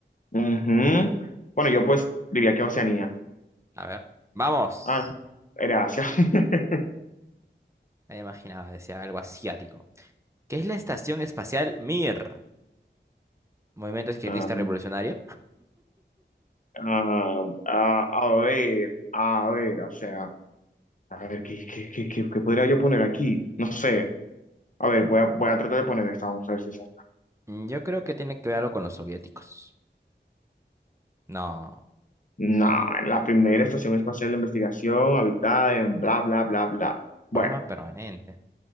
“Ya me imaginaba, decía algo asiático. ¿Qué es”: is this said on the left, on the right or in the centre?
Right